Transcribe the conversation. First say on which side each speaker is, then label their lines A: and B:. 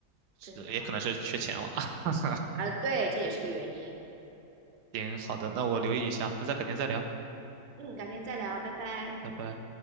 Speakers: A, on the right; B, on the right.
A: 是也可能是缺钱了。
B: 真挺好的。
A: <laughs>
B: 呃，对，这也是个原因。
A: 行，好的，那我留意一下，那再改天再聊，
B: 嗯，改天再聊，拜拜。
A: 拜拜。